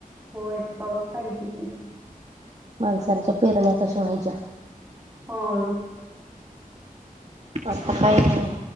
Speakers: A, on the right; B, on the right.
A: होय पाऊस पाहिजे की
B: माणसांच्या पेरण्या कशा व्हायच्या
A: होय.
B: आता काय मग